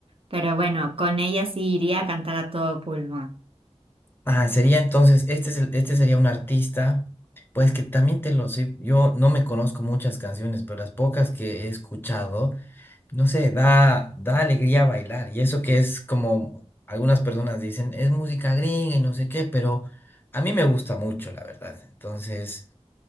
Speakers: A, on the right (about 50°); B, on the left (about 20°).
A: Pero bueno, con ella sí iría a cantar a todo pulmón.
B: Ah, sería entonces, este es el- este sería un artista, pues que también te lo sé, yo no me conozco muchas canciones, pero las pocas que he escuchado, no sé, da, da alegría bailar. Y eso que es como algunas personas dicen, es música gringa y no sé qué, pero a mí me gusta mucho, la verdad. Entonces...